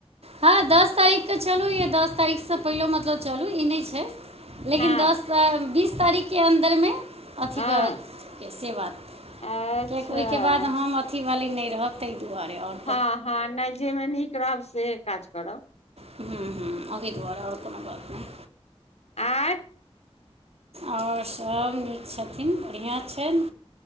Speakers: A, on the right; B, on the left.
A: हँ दस तारीख के चलू ई दस तारीख सँ पहिले मतलब चलू ई नय छै लेकिन
B: हँ
A: दस बीस तारीख के अन्दर मे अथी
B: हँ
A: से बात
B: अच्छा
A: किएकि ओहि के बाद हम अथी वाली नइ रहत ताय दुआरे ओर
B: हँ हँ नय जय मे नीक रहब सेह काज करब
A: ह ह अभी दुआ रे ओर कोनो बात नय
B: आंय
A: ओर सभ नीक छथिन बढ़िआँ छनि